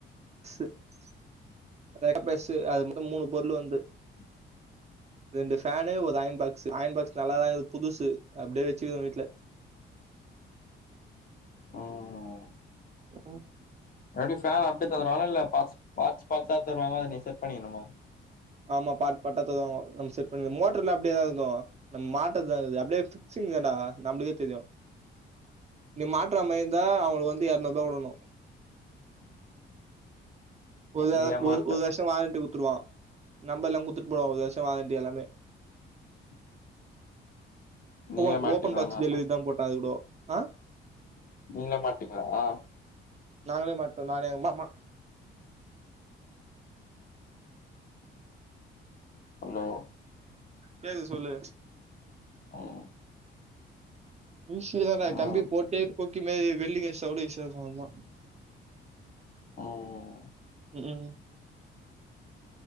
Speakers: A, on the right; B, on the left.
A: <unintelligible> பெர்ஸ்சு அது மொத்தோ மூணு பொருளு வந்து
B: <inaudible>
A: ரெண்டு ஃபேனு ஒரு அயன் பாக்ஸ்சு அயன் பாக்ஸ் நல்லாதா இருக் புதுசு அப்டே வெச்சுகிற வீ்ட்ல
B: ம்
A: ம்க்ம்
B: எப்டி ஃபேன் அப்டி தந்துருவாங்களா இல்ல பாட்ஸ் பாட்ஸ் பாட்ஸா தருவாங்க அத நீ செட் பண்ணிக்கணுமா
A: ஆமா பாட் பாட்டா தருவாங்கோ நம் செட் பண்ணணு மோட்ருல அப்டேதா இருக்கு நம் மாட்றத்தாகிது அப்டே பிக்சிங் தான்டா நம்ளுக்கே தெரியு நீ மாட்ற மாறியிருந்தா அவுங்களுக்கு வந்து எர்நூர்பா குடுக்குணு ஒரு தவ
B: நீயே மாட்ட
A: ஒரு ஒரு வருஷோ வாரண்டி குத்துருவா நம்பர்லா குத்துட் போவா ஒரு வர்ஷோ வாரண்டி எல்லாமே
B: <inaudible> நீயே
A: ஓன்
B: மாட்டீங்களாண்ணா
A: ஓபன் பாக்ஸ் டெலிவரி தா போட்டா அது கூடோ ஆ
B: நீங்ளா மாட்டிங்களா
A: நாங்களே மாட்டோ நானு எங் மாமா
B: ஹலோ
A: கேக்கிது சொல்லு
B: ம்
A: ஈசி தான்டா கம்பி
B: ம்
A: போட்டு கொக்கி மாரி வெல்லிங் அஷ்டா கூட ஈசியா இருக்கு அவ்ள்தா
B: ம்
A: ம்